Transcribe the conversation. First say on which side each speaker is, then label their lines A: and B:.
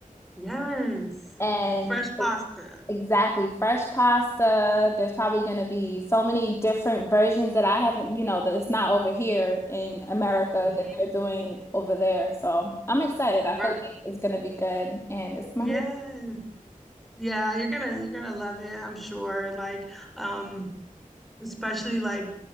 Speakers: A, in the centre; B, on the left.
A: Yes.
B: and
A: Fresh pasta.
B: exactly fresh pasta. There's probably gonna be so many different versions that I haven't, you know, that it's not over here in America
A: Mhm.
B: that they're doing over there. So I'm excited. I
A: Right.
B: feel like it's gonna be good and it's
A: Yes.
B: my favorite.
A: Yeah, you're gonna you're gonna love it, I'm sure. Like, um, especially like